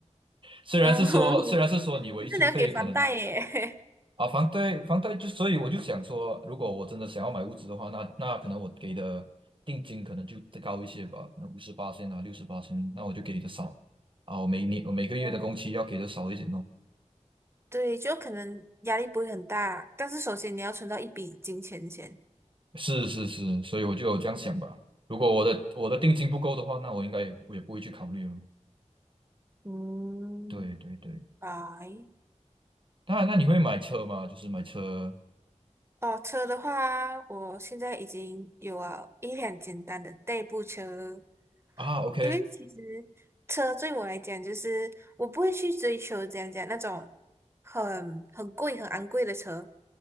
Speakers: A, on the right (about 45°); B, on the right (about 20°).
A: 虽然是说，
B: 哦，<laughs>
A: 虽然是说你维修费可能
B: 就是你要给房贷耶。
A: 啊，房贷房贷就，所以我就想说，如果我真的想要买屋子的话，那那可能我给的定金可能就再高一些吧，可能五十八千啊，六十八千，那我就给的少啊，我每年我每个月的工期要给的少一点咯。
B: <laughs> 哦，对，就可能压力不会很大，但是首先你要存到一笔金钱先。
A: 是是是，所以我就有这样想吧。如果我的我的定金不够的话，那我应该也也不会去考虑了。
B: 嗯，
A: 对对对。
B: 拜。
A: 当然，那你会买车吗？就是买车
B: 哦，车的话，我现在已经有了一辆简单的代步车，
A: 啊，OK，
B: 因为其实车对我来讲，就是我不会去追求怎样讲那种很很贵、很昂贵的车，